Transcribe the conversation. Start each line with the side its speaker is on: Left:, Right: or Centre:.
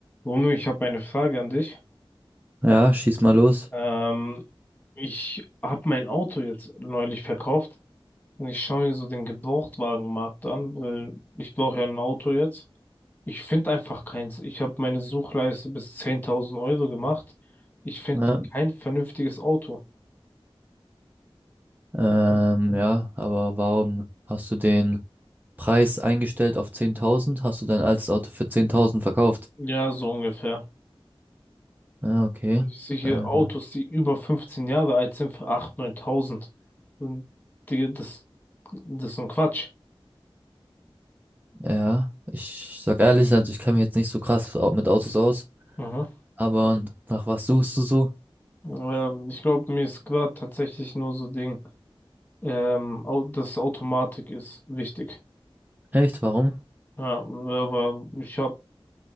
Left: Romeo, ich habe eine Frage an dich.
Right: Ja, schieß mal los.
Left: Ähm, ich habe mein Auto jetzt neulich verkauft und ich schaue mir so den Gebrauchtwagenmarkt an, weil ich brauche ja ein Auto jetzt. Ich finde einfach keins. Ich habe meine Suchleiste bis 10.000 Euro gemacht. Ich finde
Right: Ja,
Left: kein vernünftiges Auto.
Right: ähm, ja, aber warum hast du den Preis eingestellt auf 10.000? Hast du dein altes Auto für 10.000 verkauft?
Left: Ja, so ungefähr.
Right: Ja, okay.
Left: Und ich sehe hier
Right: Ähm,
Left: Autos, die über 15 Jahre alt sind, für 8.000, 9.000. Und Digga, das, das ist so ein Quatsch.
Right: ja, ich sag ehrlich, also ich kenne mich jetzt nicht so krass au- mit Autos aus,
Left: Mhm.
Right: aber nach was suchst du so?
Left: Ähm, ich glaube, mir ist gerade tatsächlich nur so Ding. Ähm, au- das Automatik ist wichtig.
Right: Echt, warum?
Left: Ja, aber ich hab,